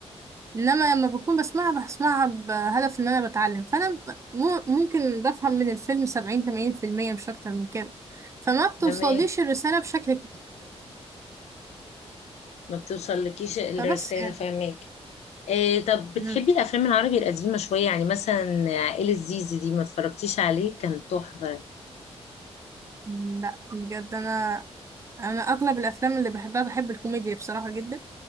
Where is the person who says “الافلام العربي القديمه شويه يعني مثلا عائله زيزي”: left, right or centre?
Left